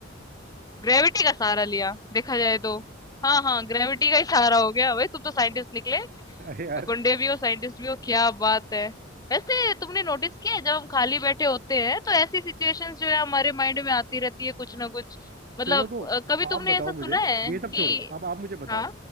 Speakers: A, on the left; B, on the right.
A: ग्रेविटी का सहारा लिया देखा जाए तो हाँ हाँ ग्रेविटी का ही सहारा हो गया भाई तुम तो साइंटिस्ट निकले
B: <laughs> अरे यार
A: गुंडे भी हो साइंटिस्ट भी हो क्या बात है वैसे तुमने नोटिस किया है जब हम खाली बैठे होते हैं तो ऐसी सिचुएशंस जो है हमारे माइंड में आती रहती है कुछ ना कुछ मतलब
B: चलो तो
A: अ, कभी तुमने
B: आप बताओ
A: ऐसा सुना
B: मुझे
A: है कि
B: ये सब छोड़ो अब आप मुझे बताओ
A: हाँ